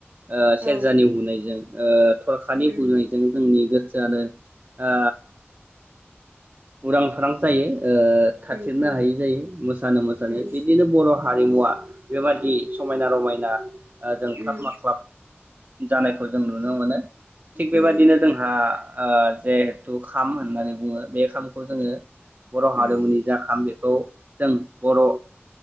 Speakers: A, on the right; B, on the right.
A: ओ सेरजा
B: औ उम
A: नि हुनायजों ओ थरखानि
B: उम
A: बुनायजों जोंनि गोसो आनो आ उरां फारां जायो। ओ थाथेरनो
B: उम उम
A: हायि जायो मोसानो मोसानो
B: उम
A: बिदिनो बर' हारिमुवा बेबादि समायना रमायना ओ जोंख्लाब
B: उम
A: माख्लाब जानायफोर जों नुनो मोनो। थिग
B: उम
A: बेबादिनो जोंहा ओ जेहेथु खाम होननानै बुङो बे खाम खौ जोङो बर
B: उम
A: हारिमुनि जा खाम बेखौ जों बर ओ